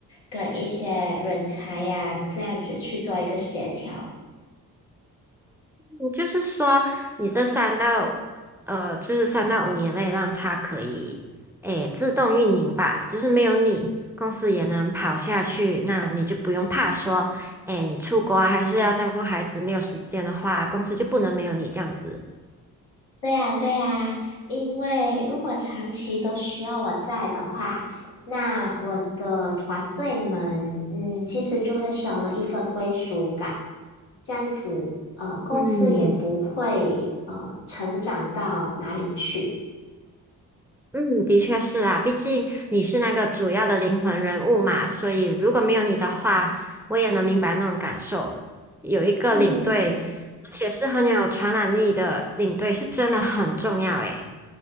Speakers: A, on the left (about 80°); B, in the centre.
A: 跟一些人才呀、这样子去做一个协调。
B: 你就是说，你这三到呃，就是三到五年内让它可以诶自动运营吧，就是没有你，公司也能跑下去，那你就不用怕说，诶，你出国啊，还是要照顾孩子，没有时间的话，公司就不能没有你这样子。
A: 对呀，对呀，因为如果长期都需要我在的话，那我的团队们，嗯，其实就会少了一份归属感。这样子，呃，公司也不会呃成长到哪里去。
B: 嗯，嗯，的确是啦，毕竟你是那个主要的灵魂人物嘛，所以如果没有你的话，我也能明白那种感受。有一个领队，
A: 嗯，
B: 而且是很有传染力的领队，是真的很重要诶。